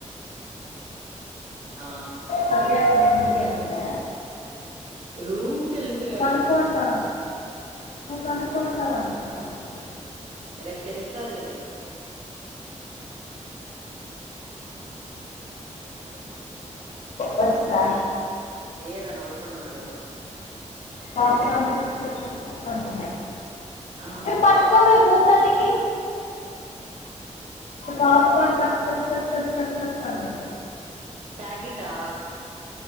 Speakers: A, on the right; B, on the left.
A: ఆ
B: సరే, అక్కడ ఇంటికి వెళ్ళిందా
A: రూమ్ కి వెళ్ళిపోయారు
B: నువ్వు కనుక్కుంటావు నువ్వు కనుక్కుంటావు అనుకుంటున్నా
A: రేపు తెలుస్తదిలే
B: వచ్చిందా
A: ఏరా నవ్వుకుంటున్నారు
B: పాప్కార్న్ టక్ టక్ టక్ టక్ అంటున్నాయి
A: ఆ
B: ఇవి పట్టుకోవే మూతని పాప్కార్న్ టక్ టక్ టక్ టక్ టక్ టక్ అంటున్నాయి
A: ప్యాకెటా